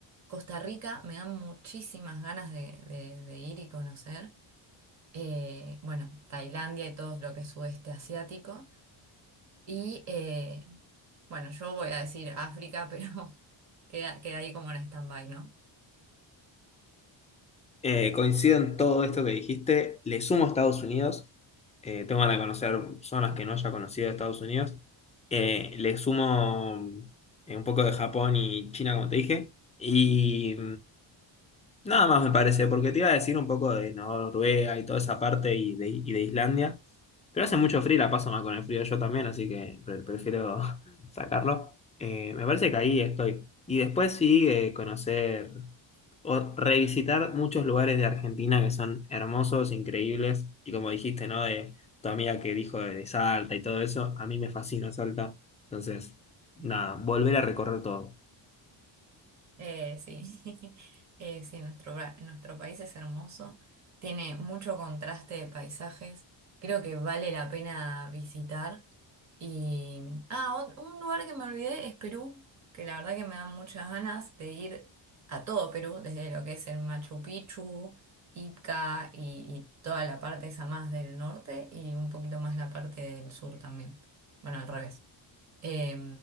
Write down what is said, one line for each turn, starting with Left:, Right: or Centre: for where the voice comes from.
Right: Costa Rica me dan muchísimas ganas de, de- de ir y conocer. Eh, bueno, Tailandia y todo lo que es sudeste asiático. Y eh, bueno, yo voy a decir África, pero <laughs> queda, queda ahí como en stand-by, ¿no?
Left: Eh, coincido en todo esto que dijiste, le sumo a Estados Unidos, eh, tengo ganas de conocer zonas que no haya conocido de Estados Unidos, Eh, le sumo eh, un poco de Japón y China, como te dije, y... Nada más me parece, porque te iba a decir un poco de ¿no? Noruega y toda esa parte y de, y de Islandia, pero hace mucho frío, y la paso mal con el frío yo también, así que pre- prefiero <laughs> sacarlo. Eh, me parece que ahí estoy. Y después sí eh, conocer o revisitar muchos lugares de Argentina que son hermosos, increíbles, y como dijiste, ¿no? De tu amiga que dijo de, de Salta y todo eso, a mí me fascina Salta, entonces, nada, volver a recorrer todo.
Right: Eh, sí, <laughs> Eh, sí, nuestro, bra- nuestro país es hermoso, tiene mucho contraste de paisajes, creo que vale la pena visitar. Y, ah, ot- un lugar que me olvidé es Perú, que la verdad que me dan muchas ganas de ir a todo Perú, desde lo que es el Machu Picchu, Ica y, y toda la parte esa más del norte y un poquito más la parte del sur también. Bueno, al revés. Eh,